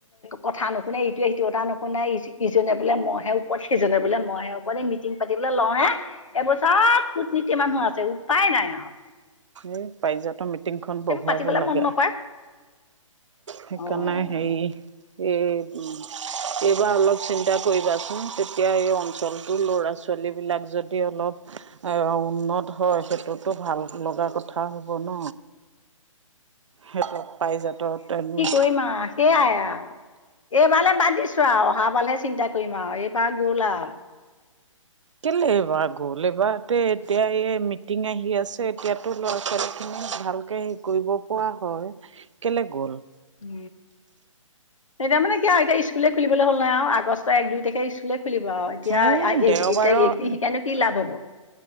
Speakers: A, on the left; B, on the right.
A: কথা নুশুনে ইটোৱে সিটো কথা নুশুনে ই। ইজনে বোলে ম ইহে ওপৰত সিজনে বোলে মইয়ে ওপৰৰত এই মিটিং পাতিবলে লওঁ হে এইবোৰ চব কূটনীতি মানুহ আছে উপায় নাই আও
B: এই পাৰিজাত মিটিং খ
A: সেইবোৰ
B: বহুৱাব
A: পাতিবলৈ
B: লাগে
A: মন নকৰে
B: সেইকাৰণে
A: অ
B: সেই এই উ এইবাৰ অলপ চিন্তা কৰিবাচোন তেতিয়া এই অঞ্চলটোৰ ল'ৰা ছোৱালীবিলাক যদি অলপ অ উন্নত হয় সেইটোতো ভাল লগা কথা হ'ব ন সেইটো পাৰিজাত <unintelligible>
A: কৈ মাছ <unintelligible> সেইাই আৰু এইবাৰ লে বাদ দিছো আৰু অহা বাৰলহে চিন্তা কৰিম আৰু এইবাৰ গ'ল আৰু।
B: কেলে এইবাৰ গ'ল এইবাৰতে এতিয়া এই মিটিং আহি আছে এতিয়াতো ল'ৰা ছোৱালীখিনি ভাল। তে হেৰি কৰিব পৰা হয় কেলে গ'ল?
A: উ এতিয়া মানে কিয় এতিয়া স্কুলে খুলিবলৈ হ'ল নাই আৰু আগষ্টৰ এক দুই তাৰিখে স্কুলে। খুলিব আৰু এতিয়া
B: এই দেওবাৰৰ
A: এতিয়া একদিন শিকাই নো কি লাভ হ'ব?